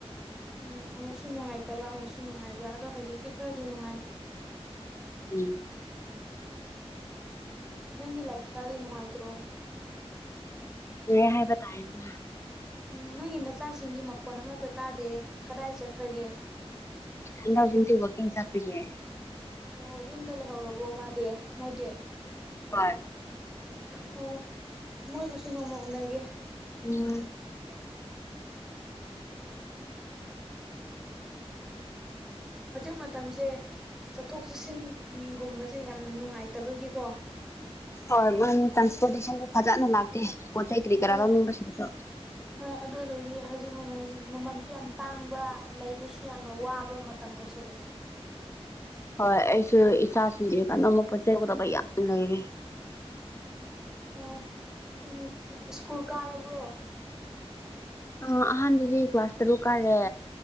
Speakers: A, in the centre; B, on the left.
A: ꯎꯝ ꯑꯃꯨꯛꯁꯨ ꯅꯨꯡꯉꯥꯏꯇꯕ ꯑꯃꯨꯛꯁꯨ ꯅꯨꯡꯉꯥꯏꯕ ꯑꯗꯣ ꯍꯧꯖꯤꯛꯇꯤ ꯈꯔꯗꯤ ꯅꯨꯡꯉꯥꯏ
B: ꯎꯝ
A: ꯅꯪꯒꯤ ꯂꯥꯏꯞꯁ꯭ꯇꯥꯏꯜꯗꯤ ꯅꯨꯡꯉꯥꯏꯇ꯭ꯔꯣ
B: ꯂꯨꯏꯌꯦ ꯍꯥꯏꯕ ꯇꯥꯏꯗꯅ
A: ꯎ ꯅꯪꯒꯤ ꯅꯆꯥꯁꯤꯡꯒꯤ ꯃꯈꯣꯟ ꯑꯃꯠꯇ ꯇꯥꯗꯦ ꯀꯗꯥꯏ ꯆꯠꯈ꯭ꯔꯒꯦ
B: ꯑꯉꯥꯡ ꯁꯤꯡꯁꯨ ꯋꯀꯤꯡ ꯆꯠꯈꯤꯑꯦ
A: ꯑꯣ ꯌꯨꯝꯗ ꯂꯩꯍꯧꯔꯕꯣ ꯃꯥꯗꯤ ꯃꯣꯏꯗꯤ <unintelligible>
B: ꯍꯣꯏ
A: ꯑꯣ ꯃꯣꯏꯕꯨꯁꯨ ꯅꯣꯡꯃ ꯎꯅꯒꯦ
B: ꯎꯝ
A: ꯍꯧꯖꯤꯛ ꯃꯇꯝꯁꯦ ꯆꯠꯊꯣꯛ ꯆꯠꯁꯤꯟ ꯒꯨꯝꯕꯁꯦ ꯌꯥꯝꯅ ꯅꯨꯡꯉꯥꯏꯇꯕꯒꯤꯀꯣ
B: ꯍꯣꯏ ꯃꯣꯏꯝ ꯇ꯭ꯔꯥꯟꯁꯄꯣꯔꯇꯦꯁꯟꯗꯨ ꯐꯖꯅ ꯂꯥꯛꯇꯦ ꯄꯣꯠ ꯆꯩ ꯀꯔꯤ ꯀꯔꯥ
A: ꯍꯣꯏ
B: ꯂꯧꯅꯤꯡꯕꯁꯤꯡꯁꯨ
A: ꯍꯣꯏ ꯑꯗꯨꯗꯨꯒꯤ ꯍꯧꯖꯤꯛ ꯃꯃꯜ ꯃꯃꯟꯁꯨ ꯌꯥꯝ ꯇꯥꯡꯕ ꯂꯩꯕꯁꯨ ꯌꯥꯝꯅ ꯋꯥꯕ ꯃꯇꯝ ꯑꯣꯏꯁꯜꯂꯛꯑꯦ
B: ꯍꯣꯏ ꯑꯩꯁꯨ ꯏꯆꯥꯁꯤꯡꯁꯤ ꯀꯥꯟꯅꯝꯕ ꯄꯣꯠ ꯆꯩꯒꯗꯕ ꯌꯥꯝ ꯂꯩꯔꯦ
A: ꯑꯣ ꯎꯝ ꯁ꯭ꯀꯨꯜ ꯀꯥꯔꯕ꯭ꯔꯣ
B: ꯑ ꯑꯍꯥꯟꯕꯗꯤ ꯀ꯭ꯂꯥꯁ ꯇꯔꯨꯛ ꯀꯥꯔꯦ